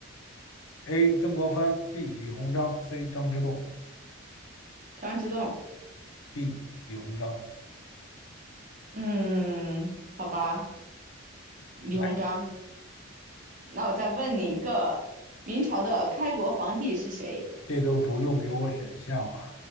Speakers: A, on the left (about 75°); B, on the right (about 40°).
A: ？A. 曾国藩，B. 李鸿章，C. 张之洞
B: 张之洞。
A: B. 李鸿章。
B: 嗯，好吧，李鸿章。
A: 来，
B: 那我再问你一个，明朝的开国皇帝是谁？
A: 这都不用给我选项啊，